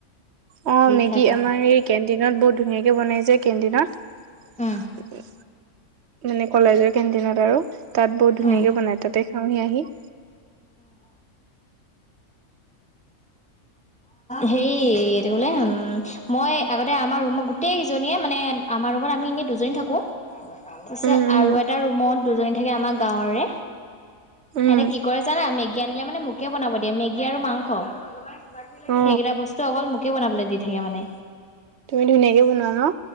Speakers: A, on the right; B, in the centre.
A: অ মেগী
B: খাই খাই
A: আমাৰ এই কেন্টিনত বহুত ধুনীয়াকে বনাই যে। কেণ্টিনত
B: উম
A: মানে কলেজত। কেণ্টিনত আৰু তাত বহুত ধুনীয়াকে
B: উম
A: বনাই তাতে খাওঁহি আহি।
B: হেই এইটো বোলে উ মই আগতে আমাৰ ৰুমত গোটেই কেইজনীয়ে মানে আমাৰ ৰুমত আমি এনেই দুজনী থাকো পিছে
A: উম উম
B: আৰু এটা ৰুমত দুজনী থাকে আমাক গাঁৱৰে
A: উম
B: সেতে কি কৰে জানা মেগি জ্ঞান দিলে মানে মোকে বনাব দিয়ে মেগী আৰু মাংস
A: অ
B: সেইকেইটা বস্তু অকল মোকে বনাবলৈ দি থাকে মানে।
A: তুমি ধুনীয়াকে বনোৱা ন।